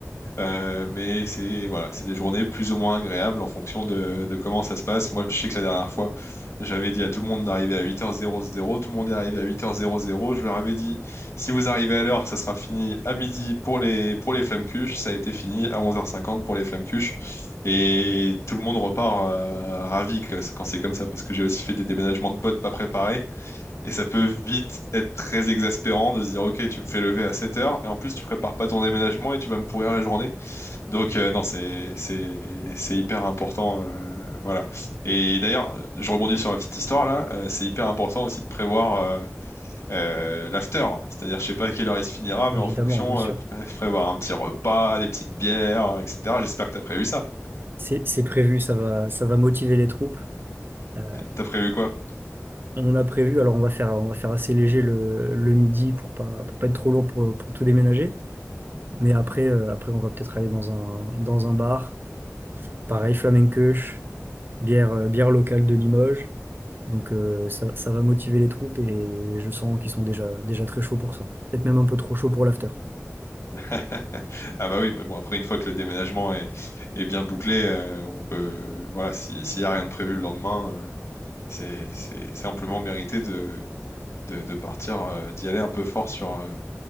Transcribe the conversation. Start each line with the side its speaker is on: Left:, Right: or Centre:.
Left: Euh, mais c'est voilà, c'est des journées plus ou moins agréables en fonction de, de comment ça se passe. Moi, je sais que la dernière fois, j'avais dit à tout le monde d'arriver à 8h00, tout le monde est arrivé à 8h00, je leur avais dit, si vous arrivez à l'heure, ça sera fini à midi pour les, pour les flammes-cuches, ça a été fini à 11h50 pour les flammes-cuches, et tout le monde repart euh, ravi que- quand c'est comme ça, parce que j'ai aussi fait des déménagements de potes pas préparés, et ça peut vite être très exaspérant de se dire, ok, tu me fais lever à 7h, et en plus tu prépares pas ton déménagement et tu vas me pourrir la journée. Donc euh, non, c'est c'est c'est hyper important, euh, voilà. Et d'ailleurs, je rebondis sur ma petite histoire là. euh, c'est hyper important aussi de prévoir euh, euh, l'after, c'est-à-dire je sais pas à quelle heure il se finira, mais
Right: évidemment,
Left: en fonction,
Right: bien sûr.
Left: euh, de pré- prévoir un petit repas, des petites bières, etc. J'espère que t'as prévu ça.
Right: C'est c'est prévu, ça va, ça va motiver les troupes. Euh,
Left: T'as prévu quoi?
Right: on a prévu, alors on va faire, on va faire assez léger le, le midi pour pas, pour pas être trop lourd pour, pour tout déménager. Mais après, euh, après on va peut-être aller dans un, dans un bar. Pareil, flamencoche, bière, euh, bière locale de Limoges. Donc euh, ça, ça va motiver les troupes et je sens qu'ils sont déjà, déjà très chauds pour ça. Peut-être même un peu trop chauds pour l'after.
Left: <laughs> Ah bah oui, bah bon après une fois que le déménagement est est bien bouclé, euh, on peut voilà, si s'il y a rien de prévu le lendemain, euh, c'est c'est c'est amplement mérité de, de partir, euh, d'y aller un peu fort sur, euh,